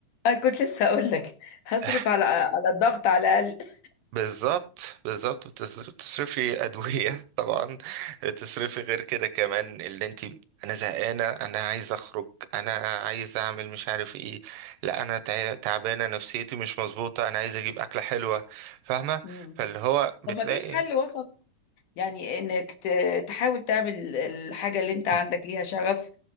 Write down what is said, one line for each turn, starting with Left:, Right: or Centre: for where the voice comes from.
Left: أنا كنت لسه أقول لك هصرف
Right: <laughs>
Left: على على الضغط على الأقل
Right: بالظبط بالظبط بتص- بتصرفي أدوية <laughs> طبعا بتصرفي غير كده كمان اللي انت انا زهقانة انا عايز اخرج انا عايز اعمل مش عارف ايه لا انا تع- تعبانة نفسيتي مش مظبوطة انا عايز اجيب اكلة حلوة فاهمة
Left: مم.
Right: فاللي هو بتلاقي
Left: طب ما فيش حل وسط يعني انك ت- تحاول تعمل الحاجة اللي انت عندك
Right: مم.
Left: ليها شغف